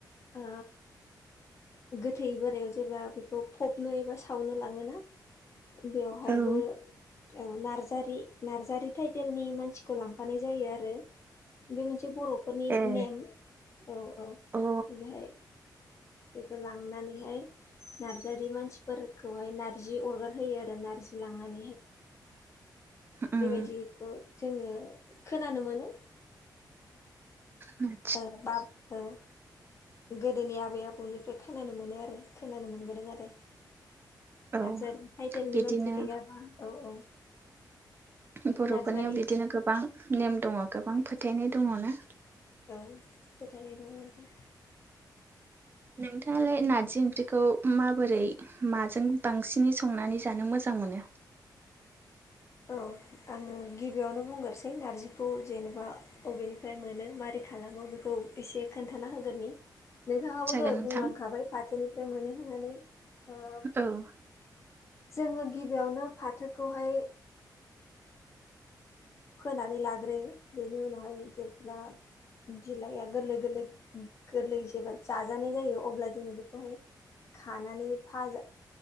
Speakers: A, on the left; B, on the right.
A: ओ गोथै बोरायाव जेब्ला बेखौ फबनो एबा सावनो लाङोना बेवहायबो
B: औ
A: औ नार्जारि नार्जारि टाइटेलनि मानसिखौ लांफानाय जायो आरो। बे मोनसे बर'फोरनि
B: ए
A: नेम औ औ ओ
B: अ
A: बेहाय। बेखौ लांनानैहाय नारजारि मानसिफोरखौहाय नारजि अरगार होयो आरो नारजि लांनानै
B: उम
A: बेबायदिखौ जोङो खोनानो मोनो
B: ओम
A: ओ बाब औ। गोदोनि आबै आबौनिफ्राय खोनानो मोनो आरो खोनानो मोनबोदों आरो नार्जारि
B: औ
A: टाइटेलनि
B: बिदिनो
A: मानसि गैयाबा औ औ
B: बर'फोरनियाव
A: नार्जारि
B: बिदिनो गोबां नेम दङ गोबां फोथायनाय दङ ना
A: औ फोथायनाय दं नोंथां
B: नोंथाङालाय नारजि ओंख्रिखौ माबोरै माजों बांसिनै संनानै जानो मोजां मोनो?
A: औ आङो गिबियावनो बुंग्रोसै नारजिखौ जेनेबा बबेनिफ्राय मोनो मारै खालामो बेखौ एसे खोन्थाना होगोननि नोंथाङाबो
B: जागोन
A: द'
B: नोंथां
A: बुंलांखाबाय फाथोनिफ्राय मोनो होननानै
B: औ
A: जोङो गिबियावनो फाथोखौहाय फोनानै लाग्रोयो बेनि उनावहाय जेब्ला बिलाइआ गोरलै गोरलै गोरलै जेब्ला जाजानाय जायो अब्ला जोङो बेखौहाय खानानै फाजा